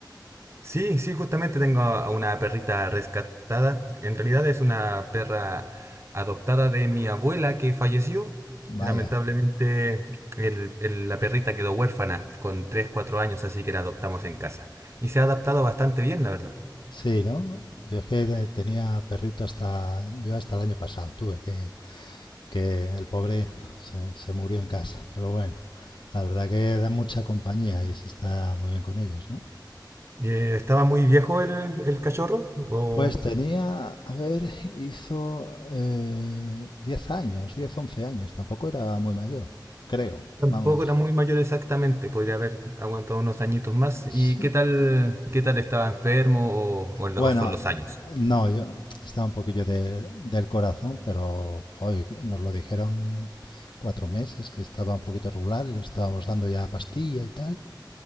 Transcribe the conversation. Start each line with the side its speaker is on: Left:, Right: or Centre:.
Right: Sí, sí, justamente tengo a a una perrita rescatada. En realidad es una perra adoptada de mi abuela que falleció.
Left: Vaya.
Right: Lamentablemente el- el- la perrita quedó huérfana con tres cuatro años, así que la adoptamos en casa. Y se ha adaptado bastante bien, la verdad.
Left: Sí, ¿no? Yo es que de- tenía perrito hasta, yo hasta el año pasado tuve, que, que el pobre se, se murió en casa. Pero bueno, la verdad que da mucha compañía y se está muy bien con ellos, ¿no?
Right: Y, eh, ¿estaba muy viejo el, el cachorro? ¿O
Left: Pues tenía, a ver, hizo eh, 10 años, 10 11 años, tampoco era muy mayor, creo,
Right: tampoco
Left: vamos.
Right: era muy mayor exactamente? Podría haber aguantado unos añitos más.
Left: Sí,
Right: ¿Y qué tal, qué tal estaba enfermo o o lo-
Left: Bueno,
Right: o son los
Left: eh,
Right: años?
Left: no, yo estaba un poquillo de- del corazón, pero joy, nos lo dijeron cuatro meses, que estaba un poquito regular, le estábamos dando ya pastilla y tal,